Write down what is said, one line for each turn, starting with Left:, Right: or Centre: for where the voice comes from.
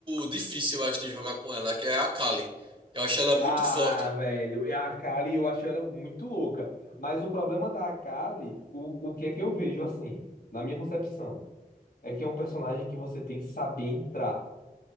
Right: difícil, eu acho, de jogar com ela, que é a Kali. Eu acho ela
Left: Ah,
Right: muito forte.
Left: velho, e a Kali eu acho ela muito louca. Mas o problema da Kali, o, o que é que eu vejo assim, na minha concepção, é que é um personagem que você tem que saber entrar.